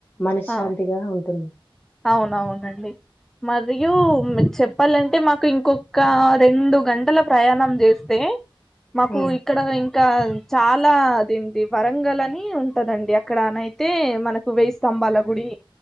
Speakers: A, on the left; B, in the centre.
A: మనశ్శాంతిగా
B: ఆ
A: ఉంటుంది.
B: అవునవునండి. మరియు చెప్పాలంటే మాకు ఇంకొక రెండు గంటల ప్రయాణం చేస్తే మాకు
A: ఉమ్,
B: ఇక్కడ ఇం ఇంకా చాలా అదిండి. వరంగల్ అని ఉంటదండి. అక్కడనయితే మనకు వేయి స్తంభాల గుడి